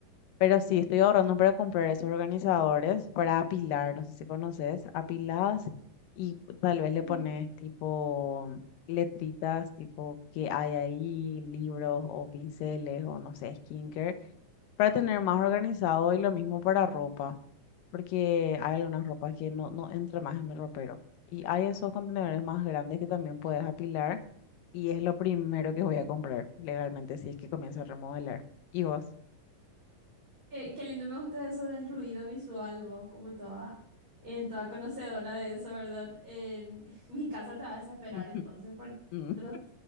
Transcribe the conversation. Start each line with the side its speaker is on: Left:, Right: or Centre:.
Left: Pero sí, estoy ahorrando para comprar esos organizadores para apilar, no sé si conoces, apiladas y tal vez le
Right: Sí,
Left: pones tipo letritas, tipo que hay ahí, libros o pinceles o no sé, skincare, para tener más organizado y lo mismo para ropa porque hay algunas ropas que no, no entra más en mi ropero. Y hay esos contenedores más grandes que también puedes apilar y es lo primero que voy a comprar legalmente si es que comienzo a remodelar. ¿Y vos?
Right: Qué, qué lindo me gusta eso del ruido visual, vos, como toda, en toda conocedora de eso, ¿verdad? En <laughs> mi casa te va a desesperar
Left: <laughs>
Right: entonces, porque
Left: Mm,
Right: nosotros